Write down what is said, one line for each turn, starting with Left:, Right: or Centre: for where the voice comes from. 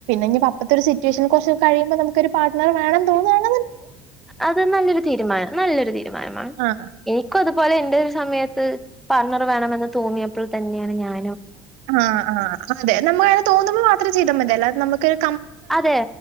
Right: ഇനീപ്പ അപ്പത്തെ ഒരു സിറ്റുവേഷൻ കൊറച്ച് കഴിയുമ്പ നമുക്കൊരു പാട്ണർ വേണംന്ന് തോന്നുവാണേ
Centre: അത് നല്ലൊരു തീരുമാനം നല്ലൊരു തീരുമാനമാണ്
Right: ആഹ്
Centre: എനിക്കതു ത്പോലെ എന്റൊരു സമയത്ത് പാർട്ണർ വേണമെന്ന് തോന്നിയപ് പ്പോൾ തന്നെയാണ് ഞാൻ
Right: ആഹ് ആഹ് അതെ നമ്മക്ക് അങ്ങനെ തോന്നുമ്പോ മാത്രം ചെയ്താമതിഅല്ലാതെ നമക്കൊരു
Centre: അതെ